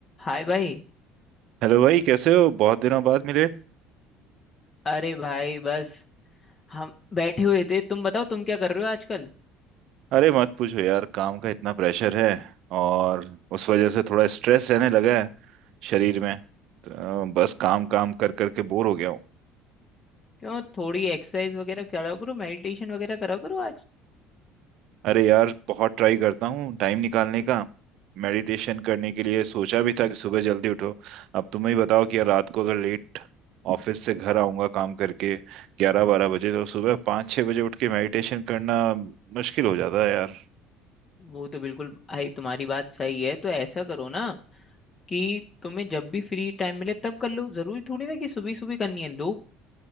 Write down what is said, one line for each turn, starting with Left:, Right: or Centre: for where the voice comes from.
Left: हाय भाई
Right: Hello भाई कैसे हो बहुत दिनों बाद मिले
Left: अरे भाई बस हम बैठे हुए थे तुम बताओ तुम क्या कर रहे हो आजकल
Right: अरे मत पूछो यार काम का इतना प्रेशर है और उस वजह से थोड़ा स्ट्रेस रहने लगा है शरीर में तो बस काम काम कर कर के बोर हो गया हूँ
Left: क्यों थोड़ी एक्सरसाइज वगैरह करा करो मेडिटेशन वगैरह करा करो आज
Right: अरे यार बहुत ट्राई करता हूँ टाइम निकालने का मेडिटेशन करने के लिए सोचा भी था कि सुबह जल्दी उठो अब तुम ही बताओ कि यार रात को अगर लेट ऑफिस से घर आऊंगा काम करके ग्यारह बारह बजे तो सुबह पाँच छः बजे उठ के मेडिटेशन करना मुश्किल हो जाता है यार
Left: वो तो बिल्कुल भाई तुम्हारी बात सही है तो ऐसा करो ना कि तुम्हें जब भी फ्री टाइम मिले तब कर लो जरूरी थोड़ी ना कि सुबह सुबह करनी है लोग